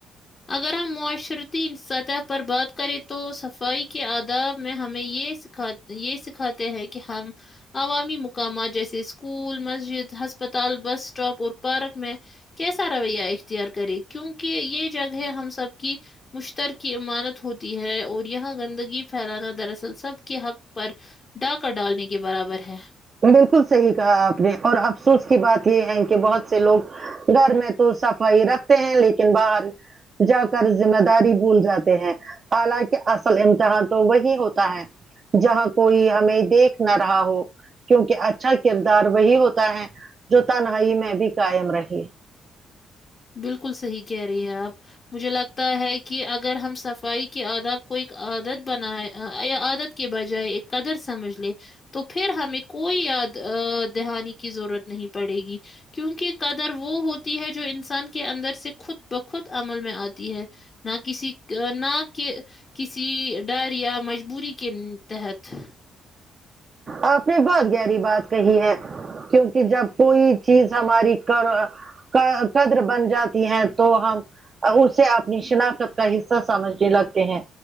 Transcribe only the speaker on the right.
بالکل صحیح کہا آپ نے اور افسوس کی بات یہ ہے کہ بہت سے لوگ گھر میں تو صفائی رکھتے ہیں لیکن باہر جا کر ذمہ داری بھول جاتے ہیں حالاکہ اصل امتحان تو وہی ہوتا ہے جہاں کوئی ہمیں دیکھ نہ رہا ہو کیونکہ اچھا کردار وہی ہوتا ہے جو تنہائی میں بھی قائم رہے
آپ نے بہت گہری بات کہی ہے کیونکہ جب کوئی چیز ہماری کر ا کہ قدر بن جاتی ہیں تو ہم ا اسے اپنی شناخت کا حصہ سمجھنے لگتے ہیں